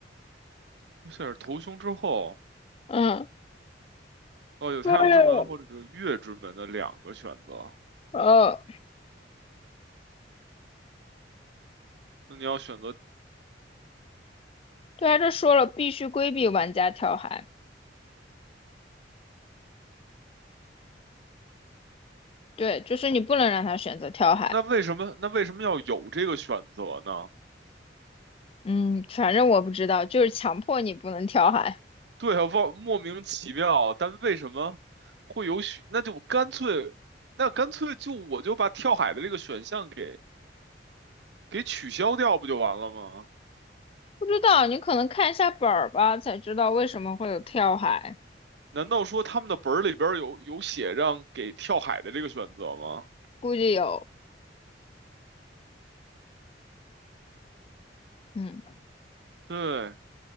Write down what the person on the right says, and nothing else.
而且是投胸之后，
哦，有太阳之门或者是月之门的两个选择，
那你要选择，
那为什么那为什么要有这个选择呢？
对啊，忘莫名其妙，但为什么会有许？那就干脆，那干脆就我就把跳海的这个选项给给取消掉，不就完了吗？
难道说他们的本儿里边儿有有写让给跳海的这个选择吗？
对